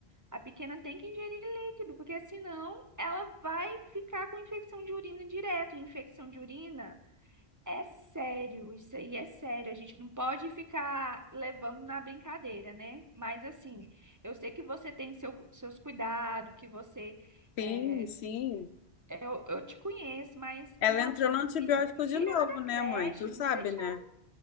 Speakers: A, on the right (about 20°); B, on the left (about 80°).
A: A pequena tem que ingerir líquido, porque senão ela vai ficar com infecção de urina direto. E Infecção de urina é sério, isso aí é sério. A gente não pode ficar levando na brincadeira, né? Mas assim, eu sei que você tem seu, seus cuidados, que você.
B: Sim,
A: eh,
B: sim.
A: eu, eu te conheço, mas,
B: Ela
A: nossa,
B: entrou
A: minha
B: no antibiótico
A: filha, tira
B: de novo,
A: ela da
B: né,
A: creche,
B: mãe? Tu sabe,
A: não deixa
B: né?
A: ela.